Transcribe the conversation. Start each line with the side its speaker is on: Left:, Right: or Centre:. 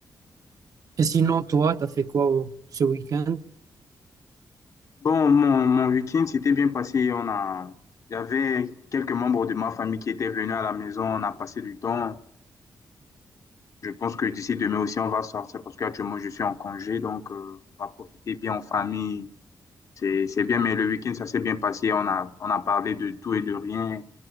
Right: Et sinon, toi, t'as fait quoi euh, ce week-end?
Left: Bon, mon, mon week-end s'était bien passé. On a, il y avait quelques membres de ma famille qui étaient venus à la maison. On a passé du temps. Je pense que d'ici demain aussi, on va sortir parce qu'actuellement, je suis en congé. Donc, euh, on va profiter bien en famille. C'est, c'est bien, mais le week-end, ça s'est bien passé. On a, on a parlé de tout et de rien.